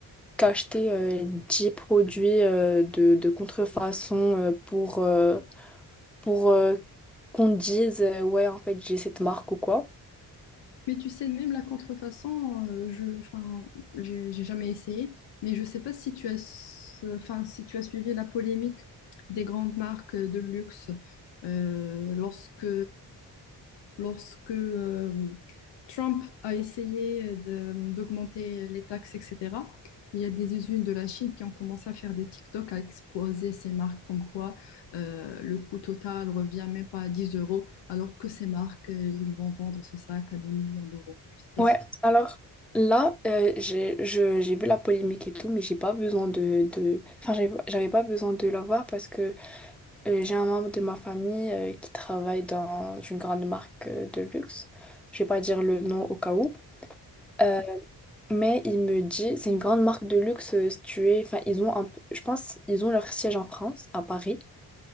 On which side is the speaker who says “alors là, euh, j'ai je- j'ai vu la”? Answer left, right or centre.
Centre